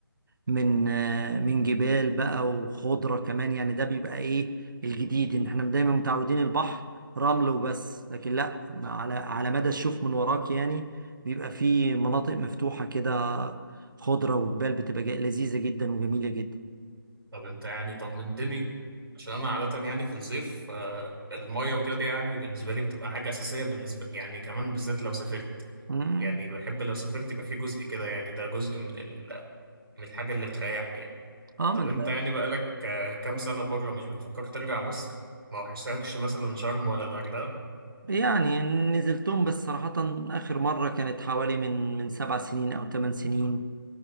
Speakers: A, on the right; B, on the right.
A: من آه، من جبال بقى وخضرة كمان يعني ده بيبقى ايه الجديد ان احنا دايما متعودين البحر رمل وبس لكن لا على على مدى الشوف من وراك يعني بيبقى فيه مناطق مفتوحة كده خضرة وجبال بتبقى جا- لذيذة جدا وجميلة جدا
B: طب انت يعني طمنتني عشان انا عادة يعني في الصيف آه، المية وكده دي يعني بالنسبة لي بتبقى حاجة أساسية بالنسبة يعني كمان بالذات لو سافرت
A: مم.
B: يعني بحب لو سافرت يبقى في جزء كده يعني ده جزء من ال... من الحاجة اللي بتريحني يعني
A: اه
B: طب
A: ما انت
B: انت يعني بقالك آه، كام سنة بره مش بتفكر ترجع مصر ما وحشتكش مثلا شرم ولا الغردقة
A: يعني نزلتهم بس صراحة آخر مرة كانت حوالي من من سبع سنين أو ثمان سنين